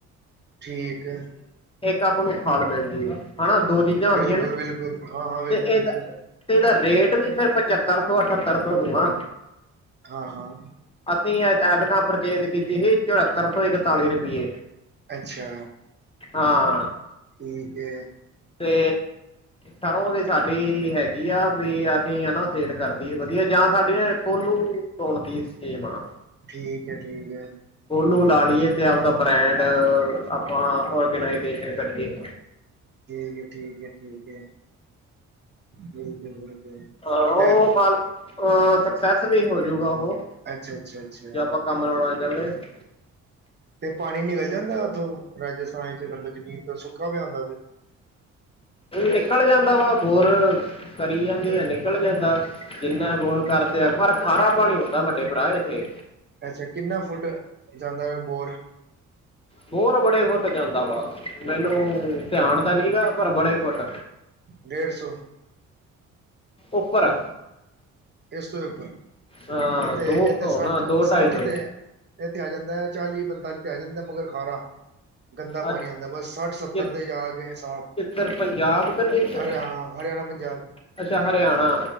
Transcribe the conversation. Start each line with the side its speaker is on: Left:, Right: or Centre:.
Right: ਠੀਕ ਐ।
Left: ਏਕ ਆਪਾਂ ਨੂੰ ਖਾਲ ਮਿਲਦੀ ਹੈ ਹਨਾ ਦੋ ਚੀਜ਼ਾਂ ਹੋਗਈਆਂ
Right: ਬਿਲਕੁਲ-ਬਿਲਕੁਲ,
Left: ਨਾ
Right: ਹਾਂ-ਹਾਂ, ਬਿਲਕੁਲ-ਬਿਲਕੁਲ,
Left: ਤੇ ਇਹ ਤਾਂ ਤੇ ਏਦਾ ਰੇਟ ਵੀ ਫੇਰ ਪਚੱਤਰ ਸੌ, ਅਠੱਤਰ ਸੌ ਨੂੰ ਆ।
Right: ਹਾਂ-ਹਾਂ।
Left: ਅਸੀਂ ਐਤਕਾਂ ਪਰਚੇਜ ਕੀਤੀ ਸੀ ਚੁਹੱਤਰ ਸੌ ਇਕਤਾਲੀ ਰੁਪਈਏ।
Right: ਅੱਛਾ।
Left: ਹਾਂ,
Right: ਠੀਕ ਹੈ।
Left: ਤੇ ਸਰੋ ਵੀ ਸਾਡੀ ਹੈਗੀ ਆ ਵੀ ਅਸੀਂ ਹਨਾ ਸੇਲ ਕਰਦੀਏ ਵਧੀਆ। ਜਾਂ ਸਾਡੀੇ ਨਾ ਟੋਲੂ ਪੋਣ ਦੀ ਸਕੀਮ ਆ।
Right: ਠੀਕ ਐ, ਠੀਕ ਐ।
Left: ਕੋਲੂ ਲਾ ਲਈਏ ਤੇ ਆਪਦਾ ਬ੍ਰੈਂਡ ਆਪਾਂ ਔਰਗਨਾਈਜੇਸ਼ਨ ਕਰੀਏ।
Right: ਠੀਕ ਐ-ਠੀਕ ਐ, ਠੀਕ ਐ। ਬਿਲਕੁਲ-ਬਿਲਕੁਲ।
Left: ਹਾਂ,
Right: ਤੇ
Left: ਉਹ ਮੱਲ ਅ ਸਕਸੈਸ ਵੀ ਹੋਜੂਗਾ ਉਹ।
Right: ਅੱਛਾ, ਅੱਛਾ, ਅੱਛਾ।
Left: ਜੇ ਆਪਾਂ ਕੰਮ ਲਾਉਣਾ <unintelligible>
Right: ਤੇ ਪਾਣੀ ਨਿਕਲ ਜਾਂਦਾ ਉੱਥੋਂ? ਰਾਜੇਸਤਾਨ ਚ ਬੰਦਰ ਜ਼ਮੀਨ ਤੇ ਸੁੱਕਾ ਪਿਆ ਹੁੰਦਾ ਫ
Left: ਨਿਕਲ ਜਾਂਦਾ ਵਾ ਹੋਰ ਕਰੀ ਜਾਂਦੇ ਆ ਨਿਕਲ ਜਾਂਦਾ ਜਿੰਨਾ ਬੋਰ ਕਰਦੇ ਪਰ ਖਾਰਾ ਪਾਣੀ ਆਉਂਦਾ ਵੱਡੇ ਪਰਾ ਇੱਥੇ।
Right: ਅੱਛਾ ਕਿੰਨਾ ਫੁੱਟ ਜਾਂਦਾ ਐ ਬੋਰ?
Left: ਬੋਰ ਬੜੇ ਫੁੱਟ ਜਾਂਦਾ ਵਾ ਮੈਨੂੰ ਧਿਆਨ ਤਾਂ ਨਹੀਂ ਗਾ ਪਰ ਬੜੇ ਫੁੱਟ।
Right: ਡੇਢ ਸੌ।
Left: ਉੱਪਰ।
Right: ਇਸ ਤੋਂ ਵੀ ਉੱਪਰ
Left: ਹਾਂ,
Right: ਇੱਥੇ
Left: ਦੋ
Right: ਇੱਥੇ
Left: ਸੌ
Right: ਸੱਠ
Left: ਨਾ ਦੋ
Right: ਸੱਠ
Left: ਢਾਈ ਸੌ
Right: ਤੇ ਇੱਥੇ ਆ ਜਾਂਦਾ ਐ ਚਾਲੀ ਪੰਤਾਲੀ ਤੇ ਆ ਜਾਂਦਾ ਮਗਰ ਖਾਰਾ। ਗੰਦਾ ਪਾਣੀ
Left: ਅੱਜ
Right: ਆਂਦਾ ਬਸ ਸੱਠ ਸੱਤਰ
Left: ਕਿ-
Right: ਤੇ ਜਾ ਕੇ ਸਾਫ਼
Left: ਕਿੱਧਰ, ਪੰਜਾਬ <unintelligible>
Right: ਹਰਿਆ ਹਰਿਆਣਾ ਪੰਜਾਬ
Left: ਅੱਛਾ ਹਰਿਆਣਾ,